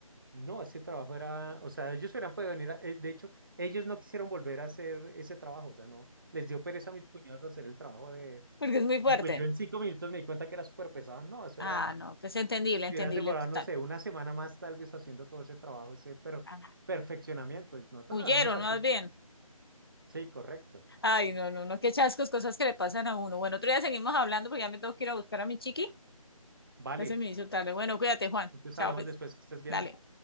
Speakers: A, on the right; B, on the left.
A: no, ese trabajo era, o sea, ellos hubieran podido venir, a- eh, de hecho, ellos no quisieron volver a hacer ese trabajo, o sea, no, les dio pereza a mis cuñados hacer el trabajo de,
B: Porque es muy fuerte.
A: y pues yo en cinco minutos me di cuenta que era súper pesado, no, eso
B: Ah,
A: era,
B: no, pues entendible,
A: si
B: entendible
A: hubieran demorado,
B: total.
A: no sé, una semana más tal vez haciendo todo ese trabajo, ese pero
B: Ah,
A: perfeccionamiento. Nosotros
B: huyeron
A: lo dejamos así.
B: más bien.
A: Sí, correcto.
B: Ay, no, no, no, qué chascos, cosas que le pasan a uno. Bueno, otro día seguimos hablando porque ya me tengo que ir a buscar a mi chiqui.
A: Vale.
B: Ya se me hizo tarde. Bueno, cuídate, Juan.
A: Entonces
B: Chao,
A: hablamos
B: pues.
A: después, que estés bien.
B: Dale.